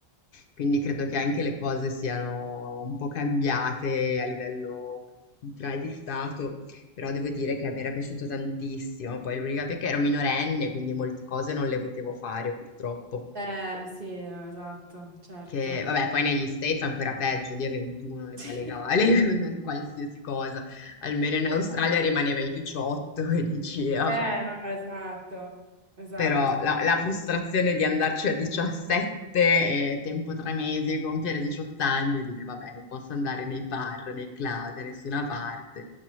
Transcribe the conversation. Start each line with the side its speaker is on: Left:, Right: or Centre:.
Left: quindi credo che anche le cose siano un po' cambiate a livello appunto culturale di stato, però devo dire che mi era piaciuto tantissimo, poi l'unica pecca ero minorenne, quindi molte cose non le potevo fare purtroppo.
Right: Eh, sì, no, esatto, certo.
Left: Che vabbè, poi negli States è ancora peggio, lì è 21 l'età
Right: <laughs> Sì.
Left: legale, <laughs> per qualsiasi cosa. Almeno in
Right: esatto.
Left: Australia rimaneva ai 18 e dici, "Eh, vabbè,
Right: Eh, no, esatto, esatto.
Left: però la, la frustrazione di andarci a 17 e tempo tre mesi, compiere 18 anni e dire, vabbè, non posso andare nei bar, nei club, da nessuna parte.